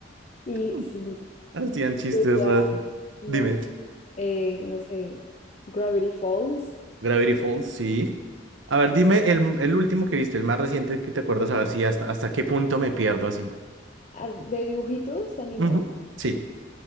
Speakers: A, on the left (about 40°); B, on the right (about 80°).
A: Y
B: <laughs>
A: sí,
B: Hacían
A: y
B: chistes
A: pues ya
B: raros.
A: más,
B: Dime,
A: eh, no sé, Gravity Falls.
B: Gravity Falls, sí. A ver, dime el, el último que viste, el más reciente que te acuerdas, a ver si hasta, hasta qué punto me pierdo así.
A: ah, de dibujitos animados.
B: Ujú, Sí.